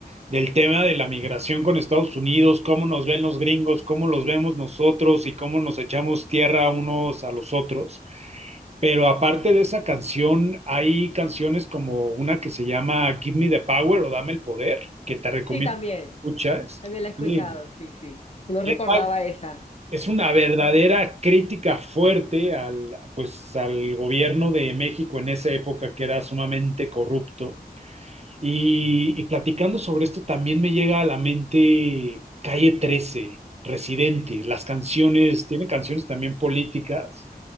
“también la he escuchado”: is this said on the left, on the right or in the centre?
Left